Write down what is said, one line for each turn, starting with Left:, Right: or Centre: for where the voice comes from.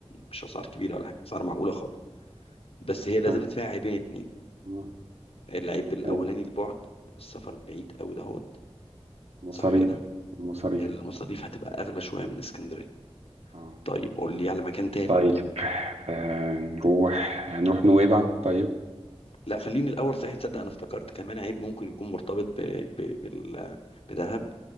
Left: مش اسعار كبيره ولا حاجه اسعار معقوله خالص بس هي لا
Right: <laughs> مم.
Left: زالت فيها عيبين اتنين
Right: مم.
Left: العيب الاولاني
Right: إيه.
Left: البعد السفر بعيد قوي دهوت
Right: مصاريف
Left: صح كده
Right: المصاريف
Left: المصاريف هتبقى اغلى شويه من اسكندريه
Right: اه
Left: طيب قول لي على مكان تالت
Right: طيب آه نروح هنروح نويبع طيب
Left: لا خليني الاول صحيح تصدق انا افتكرت كمان عيب ممكن يكون مرتبط ب... ب... بال... بدهب